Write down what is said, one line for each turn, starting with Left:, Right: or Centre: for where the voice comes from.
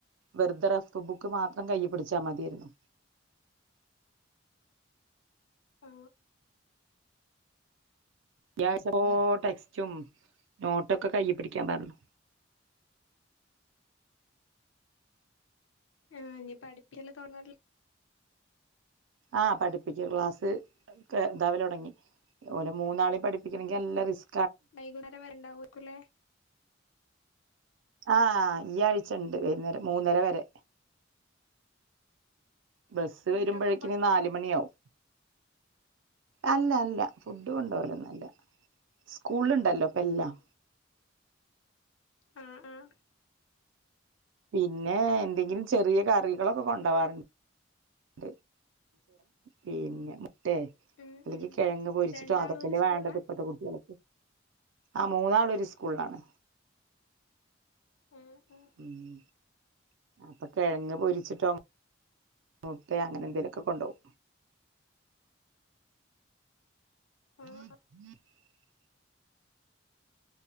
Right: വെർതെ റഫ് ബുക്ക് മാത്രം കയ്യ് പിടിച്ചാ മതിയായിരുന്നു
Left: ആ
Right: ഈ ആഴ്ച്ചോ ടെക്സ്റ്റും നോട്ടൊക്കെ കയ്യ് പിടിക്കാൻ പറഞ്ഞു
Left: ആഹ ഇനി പഠിപ്പ്യല്ലാ തൊടങ്ങാതി
Right: ആഹ് പഠിപ്പിക്കൽ ക്ലാസ് ഒക്കെ താവല് തൊടങ്ങി ഓലെ മൂന്നാളിം പഠിപ്പിക്കണെങ്കിൽനല്ല റിസ്
Left: വൈകുന്നേര വരണ്ടാവൂക്കുലെ
Right: ആഹ് ഈആഴ്ച്ച ഇണ്ട് വൈന്നേരംമൂന്നരവരെ ബസ്സ്
Left: ഫുഡൊക്കെ
Right: വരുമ്പഴേക്കും
Left: കൊണ്ടോവലാ
Right: ഇനി നാല്മണിയാവും അല്ലഅല്ല ഫുഡ്കൊണ്ടോ വലൊന്നൊല്ല സ്കൂൾണ്ട്ല്ലോ ഇപ്പല്ലാം
Left: ആഹ് ആഹ്
Right: പിന്നെ എന്തെങ്കിലും ചെറിയകറികളൊക്കെ കൊണ്ടവാറ് <unintelligible> പിന്നെ ട്ടേ
Left: ഉം
Right: അല്ലെങ്കികെഴങ്ങ്പൊരിച്ചിട്ടോ
Left: ഉം രണ്ടാളും
Right: അതൊക്കെല്ലേവേണ്ടത്
Left: ഒരു സ്കൂളിലാ
Right: ഇപ്പത്തെകുട്ടിയൾക്ക് ആ മൂന്നാളൊരുസ്ക്ലൂൾളാണ്
Left: ആഹ് ആഹ്
Right: <unintelligible> അപ്പൊകെഴങ്ങ്പൊരിച്ചിട്ടോ മുട്ടേ അങ്ങനെന്തേലൊക്കെകൊണ്ടോവും <inaudible>
Left: ആഹ്